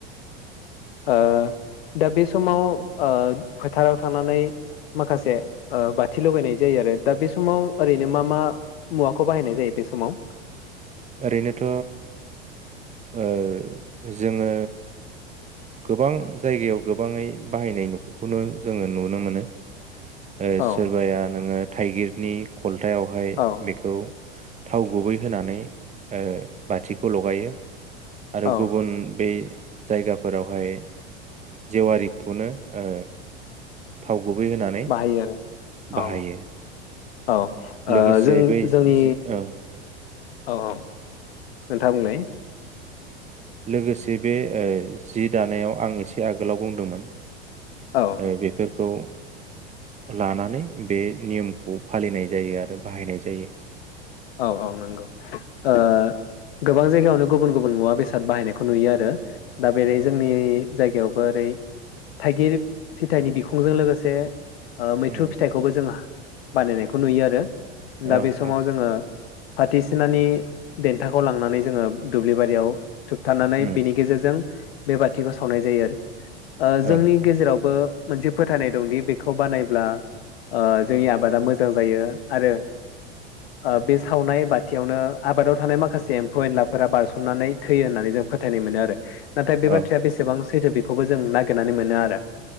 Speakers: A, on the left (about 65°); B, on the right (about 20°).
A: ओ दा बे समाव ओ फोथाराव थांनानै माखासे ओ बाथि लगायनाय जायो आरो दा बे समाव ओरैनो मा मा मुवाखौ बाहायनाय जायो बे समाव?
B: ओरैनोथ ओ जोङो गोबां जायगायाव गोबाङै बाहायनाय <unintelligible> जोङो नुनो मोनो। ओ
A: औ
B: सोरबाया नोङो। थाइगिरनि। खलथायावहाय
A: औ
B: बेखौ। थाव गुबै होनानै। ओ बाथिखौ लगायो। आरो
A: औ
B: गुबुन बे। जायगाफोरावहाय जेवारिखौनो ओ थाव। गुबै होनानै
A: बाहायो आरो औ
B: बाहायो।
A: औ ओ
B: लोगोसे
A: जों-जोंनि।
B: बै जि औ
A: औ औ नोंथां बुंलाय।
B: लोगोसे बे ओ जि दानायाव आं एसे आगोलाव बुंदोंमोन।
A: औ
B: ओ बेफोरखौ। लानानै बे नियमखौ फालिनाय जायो आरो बाहायनाय जायो।
A: औ औ नंगौ ओ गोबां जायगायावनो गुबुन गुबुन मुवा बेसाद बाहायनायखौ नुयो आरो। दा बेरै
B: औ।
A: जोंनि जायगायाव बो ओरै थायगिर फिथाइनि बिखुंजों लोगोसे। ओ मैथ्रु
B: उम
A: फिथाइखौबो जों बानायनायखौ नुयो आरो। दा
B: औ
A: बे समाव
B: औ
A: जोङो। फाथि सिनानि देन्थाखौ लांनानै जोङो दुब्लि बारियाव। थोबथानानै
B: उम
A: बिनि गेजेरजों। बे बाथिखौ सावनाय जायो आरो ओ
B: औ
A: जोंनि गेजेरावबो।
B: औ
A: मोनसे फोथायनाय दंदि बेखौ बानायब्ला ओ जोंनि आबादा मोजां जायो आरोे ओ बे सावनाय बाथियावनो आबादाव थानाय माखासे एम्फौ-एनलाफोरा बारसननानै थैयो होननानै जों फोथायनाय मोनो आरो। नाथाय बे
B: औ
A: बाथ्राया बेसेबां सैथो बे खौबो जों नागिरनानै मोनो आरो।